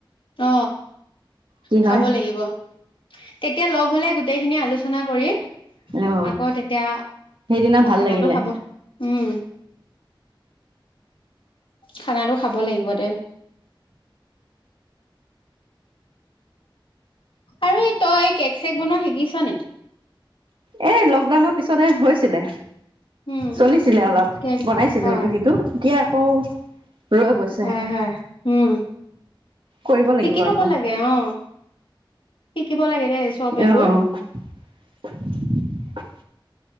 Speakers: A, on the left (about 80°); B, on the right (about 70°).
A: অ
B: কি
A: খাব
B: হয়
A: লাগিব তেতিয়া লগ গলে গোটেইখিনিয়ে আলোচনা আলোচনা কৰি
B: অ
A: আকৌ তেতিয়া
B: সেইদিনা ভাল
A: খানাটো
B: লাগিলে
A: খাব উম খানাটো খাব লাগিব দে আৰু এই তই কেক চেক বনোৱা শিকিছ নেকি
B: এ লকডাউনৰ পিছতহে হৈছিলে
A: উম
B: চলিছিলে অলপ
A: কেক
B: বনাইছিলো
A: হয়
B: ইটো সিটো এতিয়া আকৌ ৰৈ গৈছে
A: হয় হয় উম
B: কৰিব
A: শিকি
B: লাগিব
A: থব
B: আকৌ
A: লাগে অ শিকিব লাগে এ চব এইবোৰ
B: অ <unintelligible>